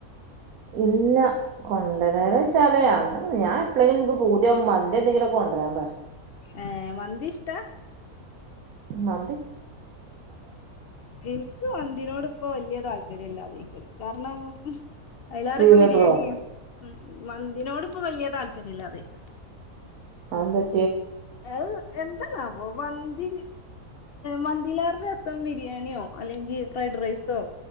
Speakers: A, on the right; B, on the left.
A: ഇല്ല കൊണ്ടരരാശാല്
B: ആ
A: അങ്ങനൊന്നും ഞാൻ എപ്പളേലും ഇൻക്ക് പൂതിയാവ്മ്പം മന്തി എന്തേങ്കിലൊക്കെ കൊണ്ടരാ പറിം
B: ഏ മന്തി ഇഷ്ടാ
A: ആ
B: എനിക്ക് മന്തിനോട് ഇപ്പൊ വല്യ താല്പര്യം ഇല്ലാതായ്ക്ക്ണ് കാര്ണം അയ്ലാറക്കെ
A: പീടികത്തതോ
B: ബിരിയാണിയ മന്തിനോട് ഇപ്പൊ വല്യ താല്പര്യല്ലാതായ്ക്ക്ണ്
A: ആന്തെ
B: അത് എന്തന്നാവോ മന്തി മന്തിലേറെ രസം ബിരിയാണിയോ അല്ലെങ്കി ഫ്രൈഡ് റൈസോ